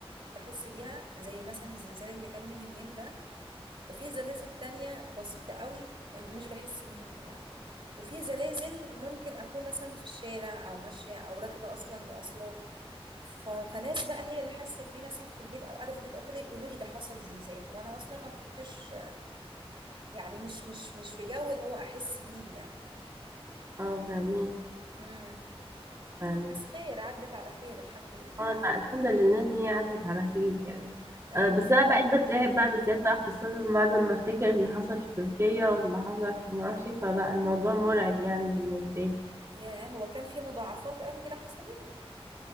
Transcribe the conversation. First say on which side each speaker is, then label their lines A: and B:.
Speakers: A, on the right; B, on the right.
A: بحس بيها زي مثلا الزلزال اللي كان من يومين ده وفي زلازل تانية بسيطه قوي مش بحس بيها يعني وفي زلازل ممكن اكون مثلا في الشارع او ماشيه او راكبه اصلا مواصلات ف- فناس بقى هي اللي حست بيه مثلا في البيت او قاعده في البيت او كده يقولوا لي ده حصل زلزال وانا اصلا ما كنتش يعني مش مش مش في جو اللي هو احس بيه يعني
B: اه فاهمك
A: امم
B: فاهمك.
A: بس خير عدت على خير الحمد لله
B: اه لا الحمد لله ان هي عدت على خير يعني
A: ايوه
B: آه، بس انا بقيت بترعب بقى بالذات بقى خاصة بعد ما افتكر اللي حصل في تركيا واللي حصل في معرفش فبقى الموضوع مرعب يعني بالنسبة لي
A: ياه هو كان في مضاعفات قوي كده حصلت